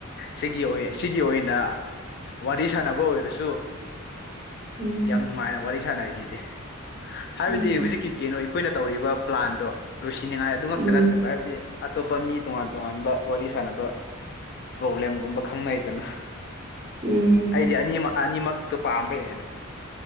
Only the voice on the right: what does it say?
ꯎꯝ
ꯎꯝ
ꯎꯝ
ꯎꯝ